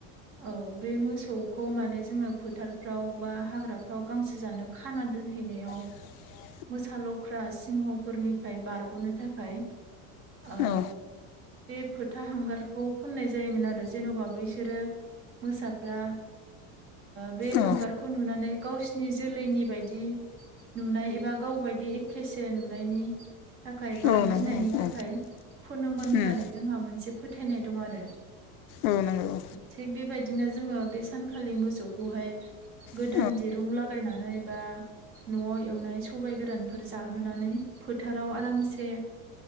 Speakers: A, on the right; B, on the left.
A: औ बे मोसौखौ माने जोंङो फोथारफ्राव बा हाग्राफ्राव गांसो जानो खाना दोनहैनायाव
B: <inaudible>
A: मोसालख्रा सिंहफोरनिफ्राय बारग'नो थाखाय ओ
B: औ
A: बे फोथा हांगारखौ फोननाय जायोमोन आरो जेन'बा बिसोरो मोसाग्रा बे हांगारखौ
B: औ
A: नुनानै गावसिनि जोलैनि बायदि नुनाय एबा गावबायदि एखेसे नुनायनि थाखाय बा
B: औ नंगौ
A: गिनायनि
B: औ
A: थाखाय फनोमोन होननानै
B: उम
A: जोंहा मोनसे फोथायनाय दं आरो
B: औ नंगौ
A: थिग बेबायदिनो जोंङो बे सानखालि मोसौखौहाय गोदान
B: औ
A: दिरुं लागायनानै बा न'आव एवनाय सबाय गोरानफोर जाहोनानै फोथाराव आरामसे